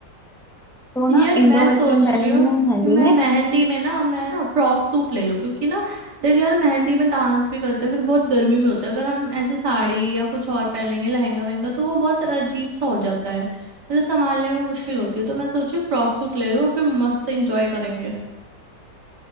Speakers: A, in the centre; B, on the right.
A: तो
B: यार
A: ना
B: मैं
A: इंडो वेस्टर्न
B: सोच
A: पहनूंगी
B: रही हूँ
A: मैं मेहंदी
B: कि मैं
A: में
B: मेहंदी में ना मैं ना फ्रॉक सूट ले लूँ क्योंकि ना देख यार मेहंदी में डांस भी करते हैं फिर बहुत गर्मी में होता है अगर हम ऐसे साड़ी या कुछ और पहनेंगे लहंगा वहंगा तो वो बहुत अजीब सा हो जाता है मतलब संभालने में मुश्किल होती है तो मैं सोची फ्रॉक सूट ले लूँ और फिर मस्त इंजॉय करेंगे